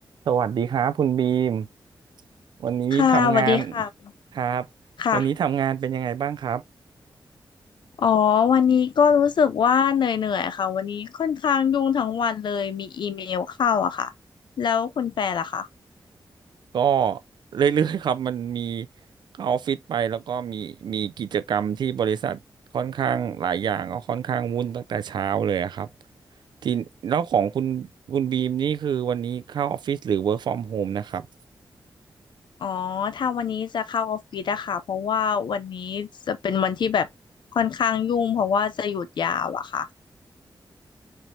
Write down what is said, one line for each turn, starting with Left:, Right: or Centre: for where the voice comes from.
Right: สวัสดีครับคุณบีมวันนี้ทำงาน
Left: ค่ะสวัสดีค่ะคุณ
Right: ครับ
Left: ค่ะ
Right: วันนี้ทำงานเป็นยังไงบ้างครับ
Left: อ๋อวันนี้ก็รู้สึกว่าเหนื่อยๆค่ะ วันนี้ค่อนข้างยุ่งทั้งวันเลยมีอีเมลเข้าอะค่ะแล้วคุณแฟนล่ะคะ
Right: ก็เรื่อยๆครับมันมีเข้าออฟฟิศไปแล้วก็มีมีกิจกรรมที่บริษัทค่อนข้างหลายอย่างก็ค่อนข้างวุ่นตั้งแต่เช้าเลยอะครับทีแล้วของคุณคุณบีมนี่คือวันนี้เข้าออฟฟิศหรือ work from home นะครับ
Left: อ๋อถ้าวันนี้จะเข้าออฟฟิศอะค่ะเพราะว่าวันนี้จะเป็นวันที่แบบค่อนข้างยุ่งเพราะว่าจะหยุดยาวอะค่ะ